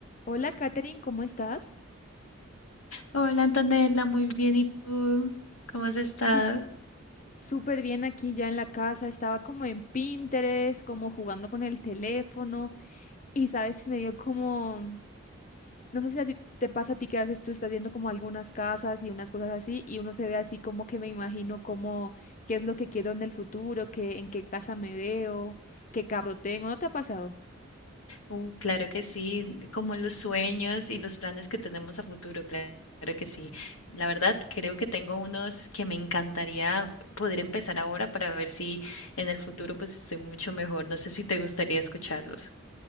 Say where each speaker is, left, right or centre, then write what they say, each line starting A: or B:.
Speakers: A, on the left; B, on the left.
A: Hola, Katherine, ¿cómo estás?
B: Hola Antonella, muy bien. ¿Y tú? ¿Cómo has estado?
A: Sup- Súper bien aquí ya en la casa. Estaba como en Pinterest, como jugando con el teléfono. Y sabes, me dio como, no sé si a ti te pasa a ti que a veces tú estás viendo como algunas casas y unas cosas así, y uno se ve así como que me imagino como qué es lo que quiero en el futuro, qué, en qué casa me veo, qué carro tengo. ¿No te ha pasado?
B: Uh, claro que sí, como los sueños y los planes que tenemos a futuro, cla- claro que sí. La verdad, creo que tengo unos que me encantaría poder empezar ahora para ver si en el futuro pues estoy mucho mejor. No sé si te gustaría escucharlos.